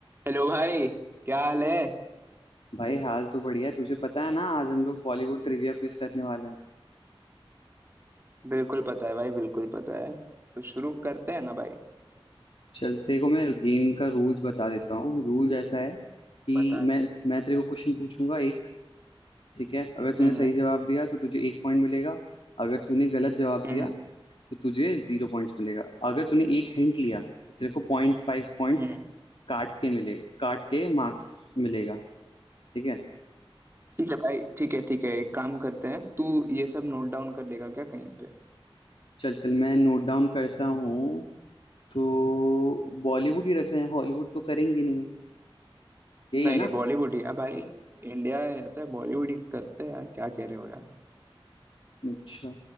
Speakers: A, on the right; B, on the left.
A: Hello भाई क्या हाल है
B: भाई हाल तो बढ़िया है तुझे पता है ना आज हम लोग बॉलीवुड ट्रिविया क्विज करने वाले हैं
A: बिल्कुल पता है भाई बिल्कुल पता है तो शुरू करते हैं ना भाई
B: चल तेरे को मैं गेम का रूल्स बता देता हूँ रूल्स ऐसा है कि
A: बता दे
B: मैं मैं तेरे को क्वेश्चन पूछूंगा एक ठीक है अगर तूने
A: हम्म
B: सही
A: हम्म
B: जवाब दिया तो तुझे एक पॉइंट मिलेगा अगर तूने गलत जवाब
A: हम्म
B: दिया तो तुझे जीरो पॉइंट्स मिलेगा अगर तूने एक हिंट लिया तो तेरे को पॉइंट फाइव पॉइंट्स
A: हम्म।
B: काट के मिले काट के मार्क्स मिलेगा ठीक है
A: ठीक है भाई ठीक है ठीक है एक काम करते हैं तू ये सब नोट डाउन कर लेगा क्या कहीं पे
B: चल चल मैं नोट डाउन करता हूँ तो बॉलीवुड
A: हम्म।
B: ही रख रहे हैं हॉलीवुड तो करेंगे नहीं यही
A: नहीं
B: है ना
A: नहीं बॉलीवुड ही है भाई इंडिया रहता है बॉलीवुड ही करते हैं यार क्या कह रहे हो यार
B: अच्छा